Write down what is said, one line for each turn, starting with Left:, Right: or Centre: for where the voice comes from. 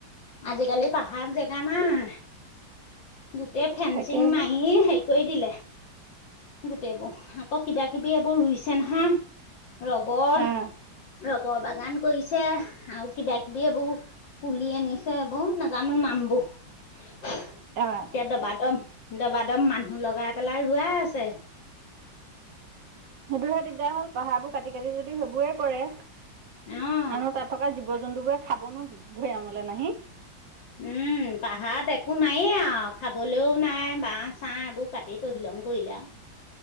Left: আজিকালি পাহাৰ জেগা নাই, গোটেই ফেঞ্চিং
Right: তাকেহে
Left: মাৰি সেই কৰি দিলে, গোটেইবো আকৌ কিবা কিবি এইবোৰ ৰুইছে নহয়। ৰবৰ।
Right: অ',
Left: ৰবৰ বাগান কৰিছে, আও কিবা কিবি এইবোৰ পুলি আনি। ছে এইবোৰ নাজানো নামবো এতিয়া
Right: অ',
Left: দবা দম। দবা দম মানুহ লগাই পেলাই ৰোৱাই আছে।
Right: সেইটোহে দিগদাৰ হ'ল পাহাৰ বোৰ কাটি কাটি যদি সেইবোৰে কৰে।
Left: অ'।
Right: আৰু তাত থকা জীৱ-জন্তু বোৰে খাবনো কি ভৈয়ামলে নাহি।
Left: উম, পাহাৰত একো নাইয়ে আও খাবলৈও নাই বাঁহ চাঁ এইবোৰ কাটি তহি লং কৰিলে আও।